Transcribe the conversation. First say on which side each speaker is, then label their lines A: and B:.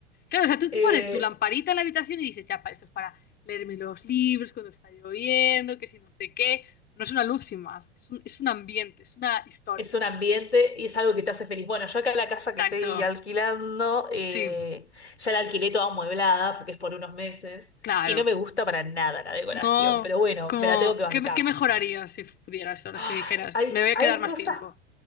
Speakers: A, on the left; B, on the left.
A: Claro, o sea, tú,
B: Eh,
A: tú pones tu lamparita en la habitación y dices, ya, para esto es para leerme los libros cuando está lloviendo, que si no sé qué. No es una luz sin más, es un, es un ambiente, es una historia.
B: Es un ambiente y es algo que te hace feliz. Bueno, yo acá la casa
A: Exacto.
B: que estoy alquilando, eh,
A: Sí,
B: ya la alquilé toda amueblada porque es por unos meses
A: claro.
B: y no me gusta para nada la decoración,
A: No,
B: pero bueno,
A: como,
B: me la tengo que bancar.
A: ¿qué, me- qué mejorarías si pudieras ahora,
B: Ay,
A: si dijeras,
B: hay,
A: me voy a
B: hay
A: quedar más
B: cosas,
A: tiempo?